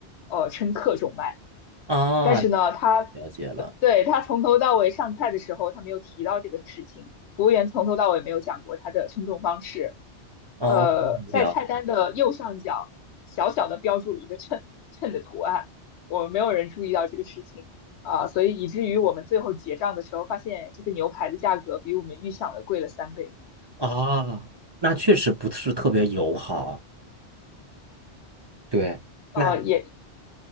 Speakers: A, on the left; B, on the right.
A: 呃称克重卖，
B: 哦，
A: 但是呢，它
B: 了解了，
A: 对，他从头到尾上菜的时候，他没有提到这个事情。服务员从头到尾没有讲过他的称重方式。
B: 哦，
A: 呃，在菜单的右上角小小的标注了一个秤秤的图案，
B: 了。
A: 我们没有人注意到这个事情啊，呃所以以至于我们最后结账的时候，发现这个牛排的价格比我们预想的贵了三倍。
B: 啊，那确实不是特别友好。对，那
A: 呃，也